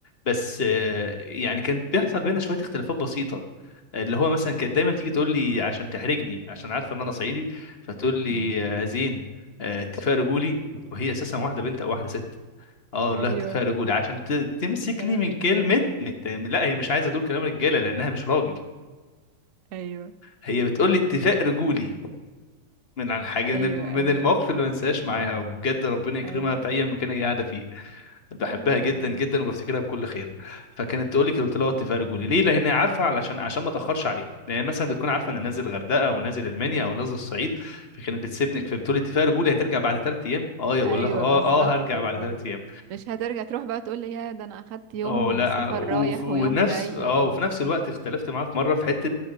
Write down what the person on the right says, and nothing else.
مم.
ايوه
كلام
رجاله
ايوه
ايوه
ايوه
ايوه
يا
رب
مم.
ايوه
بالظبط
اللي
هو
مش هترجع تروح بقى تقول لي يا ده انا اخدت يوم
سفر
رايح
ويوم جاي
و...